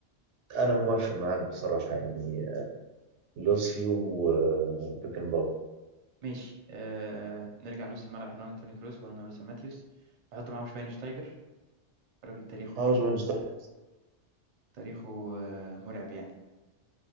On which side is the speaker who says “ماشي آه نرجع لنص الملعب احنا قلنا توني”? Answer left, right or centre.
Right